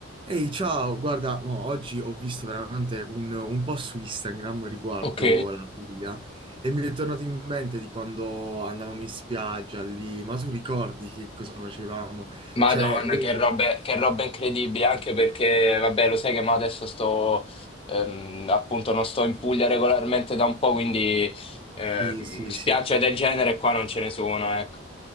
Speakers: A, on the right (about 25°); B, on the left (about 25°).
A: Ehi, ciao, guarda, mo, oggi ho visto veramente un, un po' su Instagram riguardo
B: Ok,
A: la Puglia e mi è tornato in mente di quando andavamo in spiaggia lì, ma tu ricordi che cosa facevamo?
B: Madonna,
A: Cioè, eh,
B: che roba che roba incredibile, anche perché, vabbè, lo sai che mo adesso sto, ehm, appunto, non sto in Puglia regolarmente da un po', quindi ehm,
A: sì, sì,
B: spiagge
A: sì, sì.
B: del genere qua non ce ne sono, ecco.